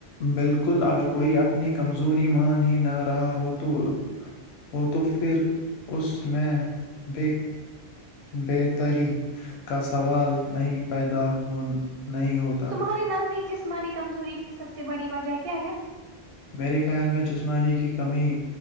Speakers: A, on the left (about 80°); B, on the right (about 65°).
A: بالکل اگر کوئی اپنی کمزوری مان ہی نہ رہا ہو تو ہو تو پھر اس میں بے بہتری کا سوال نہیں پیدا ہو نہیں ہوتا
B: تمہارے نزدیک جسمانی کمزوری کی سب سے بڑی وجہ کیا ہے
A: میرے خیال میں جسمانی کی کمی